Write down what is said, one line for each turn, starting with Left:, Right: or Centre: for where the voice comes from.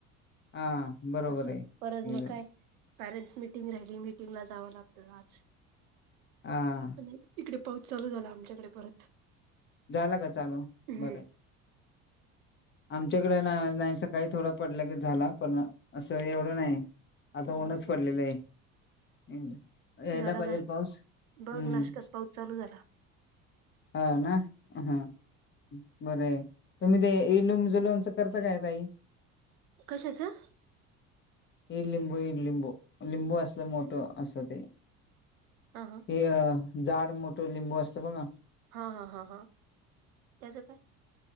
Left: हा बरोबर
Right: असाय
Left: आहे एकदम
Right: परत मग काय? पॅरेंट्स मिटिंग राहिली मिटिंग ला जावं लागतं आज.
Left: हा
Right: आणि इकडे पाऊस चालू झाला आमच्याकडे परत.
Left: झाला का चालू
Right: हम्म
Left: बरं. आमच्याकडे नाही आज नाही सकाळी थोडा पडल्यागत झाला पण असं एवढं नाही. आता ऊनच
Right: आमच्याकडे
Left: पडलेलं आहे इ जा. यायला
Right: झाला
Left: पाहिजेल
Right: ना
Left: पाऊस
Right: बघ
Left: हम्म!
Right: नाशकात पाऊस चालू झाला
Left: ह ना. हा, बर आहे तुम्ही ते ईडलिंबूचा लोनचं करता काय तई?
Right: कशाचं?
Left: <inaudible> ईडलिंबू ईडलिंबू लिंबू असलं मोठं असं ते.
Right: आ, ''हां ''हां''
Left: हे जाड मोठं लिंबू असतं बघा.
Right: ''हां'' हां ''हां'' हां'' त्याचं काय?